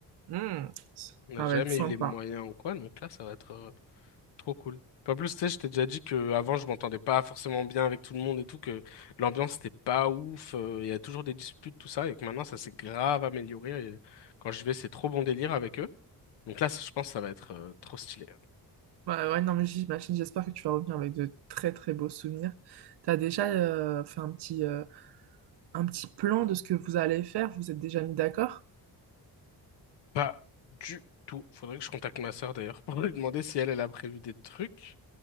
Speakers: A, on the right; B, on the left.
A: Hmm, ça
B: On n'a jamais
A: va être sympa.
B: eu les moyens ou quoi, donc là, ça va être euh, trop cool. Puis En plus, tu sais, je t'ai déjà dit que avant je m'entendais pas forcément bien avec tout le monde et tout, que l'ambiance n'était pas ouf, euh, il y a toujours des disputes, tout ça, et que maintenant, ça s'est grave amélioré. et quand je vais, c'est trop bon délire avec eux. Donc là, ça, je pense que ça va être euh, trop stylé.
A: Ouais, ouais, non, mais j'imagine, j'espère que tu vas revenir avec de très très beaux souvenirs. T'as déjà euh, fait un petit, euh, un petit plan de ce que vous allez faire? Vous êtes déjà mis d'accord?
B: Pas du tout. Faudrait que je contacte ma sœur d'ailleurs <laughs> pour lui demander si elle, elle a prévu des trucs.